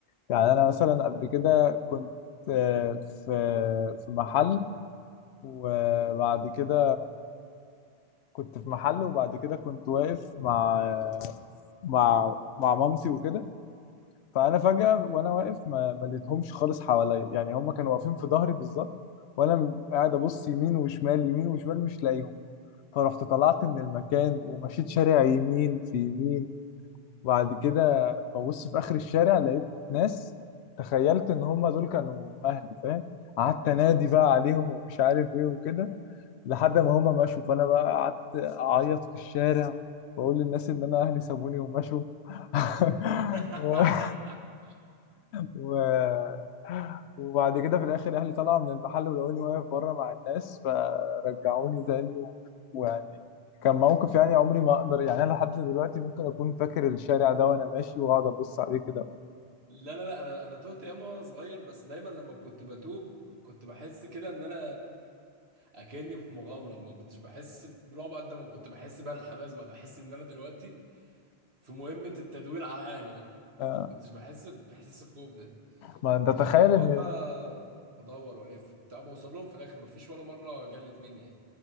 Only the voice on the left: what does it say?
يعني انا مثلا قبل كده كنت آه في في محل وبعد كده كنت في محل وبعد كده كنت واقف مع مع مع مامتي وكده فانا فجاه وانا واقف ما ما لقيتهمش خالص حواليا يعني هم كانوا واقفين في ظهري بالظبط وانا قاعد ابص يمين وشمال يمين وشمال مش لاقيهم فرحت طلعت من المكان ومشيت شارع يمين في يمين وبعد كده ببص في آخر الشارع لقيت ناس تخيلت إن هم دول كانوا أهلي فاهم قعدت أنادي بقى عليهم ومش عارف إيه وكده لحد ما هم مشوا فأنا بقى قعدت أعيط في الشارع وأقول للناس إن أنا أهلي سابوني ومشوا <laughs>
و... <gasps> وبعد كده في الاخر اهلي طلعوا من المحل ولقوني واقف بره مع الناس فرجعوني تاني و... ويعني كان موقف يعني عمري ما اقدر يعني انا لحد دلوقتي ممكن اكون فاكر الشارع ده وانا ماشي واقعد ابص عليه كده
آه،
ما انت تخيل
ان